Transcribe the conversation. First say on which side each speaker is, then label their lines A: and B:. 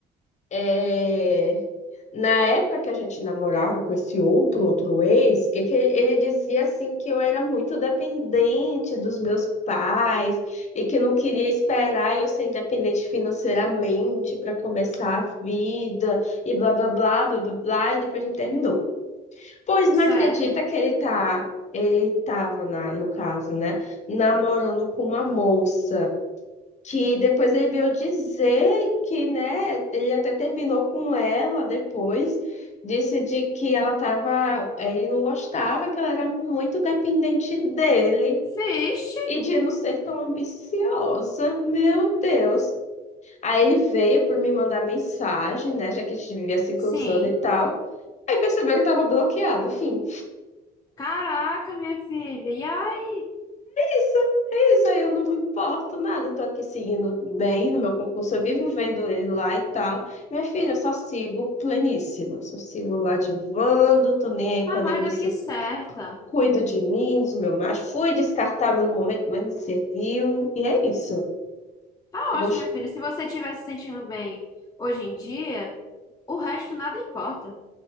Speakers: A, on the left; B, on the left.
A: É, Na época que a gente namorava com esse outro, outro ex, que, que ele dizia assim que eu era muito dependente dos meus pais e que não queria esperar eu ser independente financeiramente para começar a vida e blá blá blá blá blá blá, e depois a gente terminou. Pois não
B: certo.
A: acredita que ele tá, ele tava na, no caso, né, namorando com uma moça. Que depois ele veio dizer que, né, ele até terminou com ela depois, disse de que ela tava, eh, ele não gostava, que ela era muito dependente dele
B: Vixe,
A: e de não ser tão ambiciosa, meu Deus. Aí ele veio por me mandar mensagem, né, já que a gente vivia se cruzando
B: sim.
A: e tal. Aí percebeu que ele tava bloqueado, enfim.
B: Caraca, minha filha. E aí?
A: isso, é isso, aí eu não me importo nada, eu tô aqui seguindo bem no meu concurso, eu vivo vendo ele lá e tal. Minha filha, eu só sigo pleníssima, só sigo lá divando, tô nem aí
B: Tá
A: pra
B: mais
A: nenhum desses
B: do que certa.
A: cuido de mim, dos meus machos, fui descartável no momento, mas me serviu, e é isso.
B: Tá
A: Eu
B: ótimo, minha filha. Se você estiver se sentindo bem hoje em dia, o resto nada importa.